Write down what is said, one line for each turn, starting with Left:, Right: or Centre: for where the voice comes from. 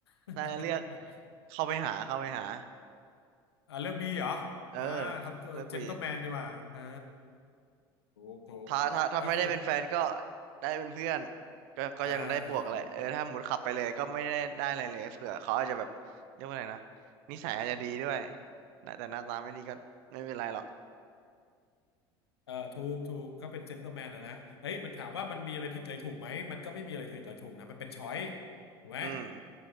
Left: <laughs>
Right: น่าจะเลือกเข้าไปหาเข้าไปหา
Left: อ่าเลือกบีเหรออ่าทำตัวเจน
Right: เออเลือกบี
Left: t l e m แมนดีกว่าอ่าถูกถูกแล้วคุณ
Right: ถ้าถ้าถ้าไม่ได้เป็นแฟนก็ได้เป็นเพื่อนก็ก็ยังได้บวกแหละเออถ้าหมุดขับไปเลยก็ไม่ได้ได้อะไรเลยเผื่อเขาอาจจะแบบเรียกว่าอะไรนะ
Left: อ่า
Right: นิสัยอาจจะดีด้วยนะแต่หน้าตาไม่ดีก็ไม่เป็นไรหรอก
Left: เออถูกถูกก็เป็นเจน t l e m แมนนะนะเฮ้ยมันถามว่ามันมีอะไรผิดอะไรถูกไหมมันก็ไม่มีอะไรผิดอะไรถูกนะมันเป็นช้อยถูกไหม
Right: อืม